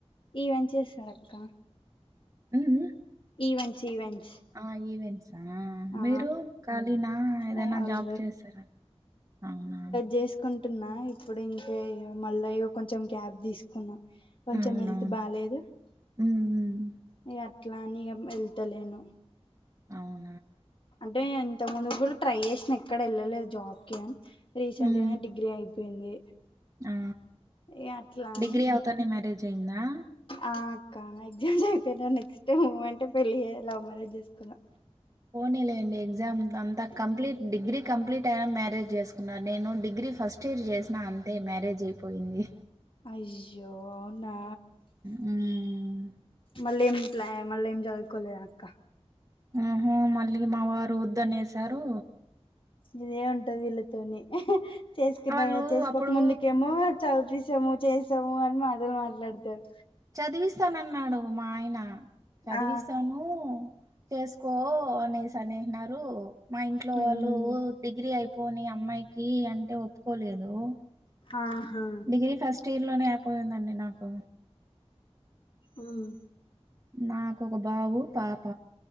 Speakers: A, on the left; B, on the right.
A: ఈవెంట్స్ చేస్తదక్క
B: ఉమ్మ్ ఉమ్మ్
A: ఈవెంట్స్ ఈవెంట్స్
B: ఆ ఈవెంట్స్ ఆ
A: ఆ
B: మీరు ఖళీన ఏదైనా
A: ఏ హౌస్
B: జాబ్ చేస్తారా అవునా
A: చేసుకుం అంటున్నా ఇప్పుడు ఇంకా మళ్ళీ ఇక కొంచెం గ్యాప్ తీసుకున్నా కొంచెం
B: అవునవును
A: హెల్త్ బాలేదు
B: ఉమ్ ఉమ్
A: ఇక అట్లా అని ఇగ వెళ్తలేను
B: అవును
A: అంటే ఇంతక్ ముందుగుర ట్రై జేసినా ఎక్కడ ఎళ్ళలేదు జాబ్ కి అని రీసెంట్గనే
B: ఉమ్
A: డిగ్రీ అయిపోయింది
B: ఆ
A: ఇగ అట్లా అని
B: డిగ్రీ అవతానే మ్యారేజ్ అయ్యిందా
A: ఆ అక్క ఎగ్జామ్స్ అయిపోయినా నెక్స్ట్ మూమెంటే పెళ్లి జే లవ్ మ్యారేజ్ చేసుకున్నా
B: పోనీలేండి ఎగ్జామ్ అంతా కంప్లీట్ డిగ్రీ కంప్లీట్ అయిన మ్యారేజ్ చేసుకున్నారు నేను డిగ్రీ ఫస్ట్ ఇయర్ చేసినా అంతే మ్యారేజ్ అయిపోయింది
A: అయ్యో అవునా
B: హ్మ్.
A: మల్లెం ప్ల మల్లెం చదువుకోలేదా అక్క
B: ఆహ మళ్ళీ మా వారు వద్దనేసారు
A: ఇదే ఉంటది వీళ్ళతోనీ చేసుకున్నంక,
B: వాళ్ళు
A: చేసుకోక
B: అప్పుడు
A: ముందుకేమో చదుపిస్తము చేస్తము అని మాటలు మాట్లాడతరు
B: చదివిస్తానన్నాడు మా ఆయన చదివిస్తాను
A: ఆ
B: చేసుకో అనేసి అనేసినారు మా ఇంట్లో
A: ఉమ్
B: వాళ్ళు డిగ్రీ అయిపోని అమ్మాయికి అంటే ఒప్పుకోలేదు
A: ఆహా
B: డిగ్రీ ఫస్ట్ ఇయర్లోనే అయిపోయిందండి నాకు
A: ఉమ్
B: నాకొక బాబు, పాప